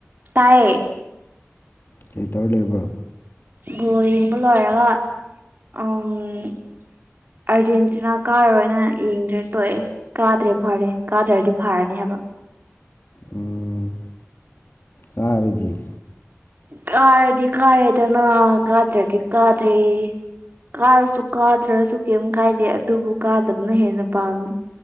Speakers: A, on the right (about 45°); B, on the left (about 50°).
A: ꯇꯥꯏꯌꯦ
B: ꯀꯩ ꯇꯧꯔ ꯂꯩꯕ꯭ꯔꯣ
A: ꯒꯣ ꯌꯦꯡꯕ ꯂꯣꯏꯔꯒ ꯎꯝ ꯑꯥꯔꯖꯦꯟꯇꯤꯅꯥ ꯀꯥꯔꯔꯣꯏꯅ ꯌꯦꯡꯗ꯭ꯔꯦ ꯇꯣꯛꯑꯦ ꯀꯥꯗ꯭ꯔꯦ ꯐꯔꯦ ꯀꯥꯗ꯭ꯔꯗꯤ ꯐꯔꯅꯤ ꯍꯥꯏꯕ
B: ꯎꯝ ꯀꯥꯔꯗꯤ
A: ꯀꯥꯔꯗꯤ ꯀꯥꯔꯦꯗꯅ ꯀꯥꯗ꯭ꯔꯗꯤ ꯀꯥꯗ꯭ꯔꯦ ꯀꯥꯔꯁꯨ ꯀꯥꯗ꯭ꯔꯁꯨ ꯀꯩꯝ ꯀꯥꯏꯗꯦ ꯑꯗꯨꯕꯨ ꯀꯥꯗꯕꯅ ꯍꯦꯟꯅ ꯄꯥꯝꯃꯦ